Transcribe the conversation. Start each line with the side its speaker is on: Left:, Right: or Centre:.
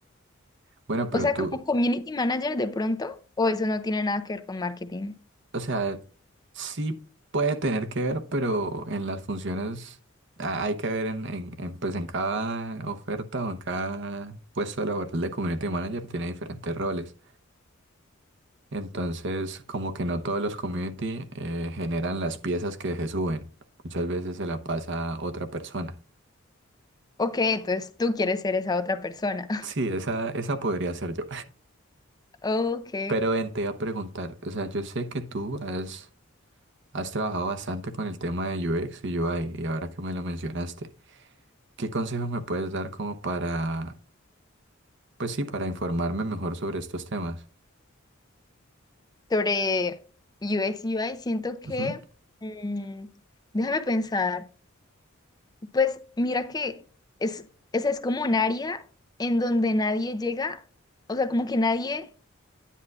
Right: Bueno, pero
Left: O sea,
Right: tú,
Left: como community manager de pronto, o eso no tiene nada que ver con marketing.
Right: o sea, sí puede tener que ver, pero en las funciones a- hay que ver en, en, en, pues en cada oferta o en cada puesto laboral de community manager tiene diferentes roles. Entonces, como que no todos los community eh, generan las piezas que se suben. Muchas veces se la pasa otra persona.
Left: Ok, entonces tú quieres ser esa otra persona. <laughs>
Right: Sí, esa, esa podría ser yo.
Left: Ok.
Right: <laughs> Pero ven, te iba a preguntar, o sea, yo sé que tú has, has trabajado bastante con el tema de UX y UI, y ahora que me lo mencionaste, ¿qué consejos me puedes dar como para, pues sí, para informarme mejor sobre estos temas?
Left: Sobre U X U I siento que,
Right: Ujú,
Left: mm, déjame pensar, pues mira que es, esa es como un área en donde nadie llega, o sea, como que nadie